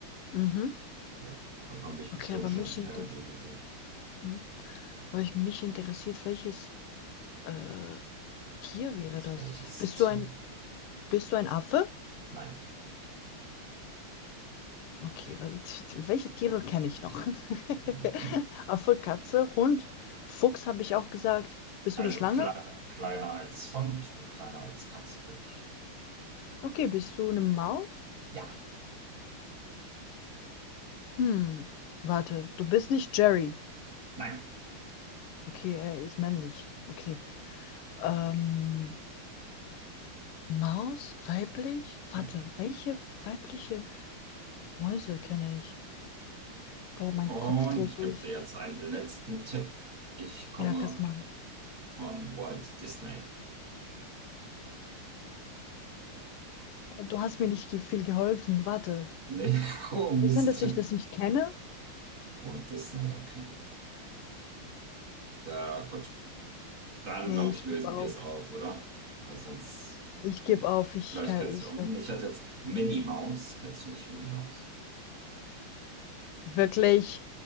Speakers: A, on the left (about 80°); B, on the right (about 50°).
A: Mhm.
B: Ja, hat man mich bestimmt
A: Okay, aber
B: schon
A: mich,
B: im Fernsehen
A: inter-
B: gesehen.
A: hm? aber ich, mich interessiert, welches äh, Tier wäre das?
B: Welches
A: Bist
B: Tier?
A: du ein, bist du ein Affe?
B: Nein.
A: Okay, wa- <laughs> welche Tiere kenne ich noch?
B: Mhm.
A: <laughs> Affe, Katze, Hund, Fuchs habe ich auch gesagt. Bist
B: Also
A: du eine Schlange?
B: kle kleiner als Font und kleiner als Katze bin ich.
A: Okay, bist du eine Maus?
B: Ja,
A: Hm, warte, du bist nicht Jerry.
B: nein.
A: Okay, er ist männlich. Okay. Ähm, Maus, weiblich? Warte,
B: Mhm.
A: welche weibliche Mäuse kenne ich? Boah, mein
B: Und
A: Kopf dreht
B: ich gebe
A: durch.
B: dir jetzt einen letzten Tipp. Ich komme
A: Ja, kannst machen.
B: von Walt Disney.
A: Du hast mir nicht ge- viel geholfen. Warte.
B: Nee, <laughs> oh Mist.
A: Wo ist denn, dass ich das nicht kenne?
B: Walt Disney, okay. Da, gut, dann
A: Nee,
B: glaube
A: ich
B: ich, lösen
A: gebe auf.
B: wir es auf, oder? Weil sonst,
A: Ich
B: dann,
A: gebe auf. Ich
B: vielleicht
A: kann,
B: kennst
A: ich
B: du, um,
A: weiß.
B: ich hatte jetzt Minnie Maus. Kennst du nicht Minnie Maus?
A: Wirklich.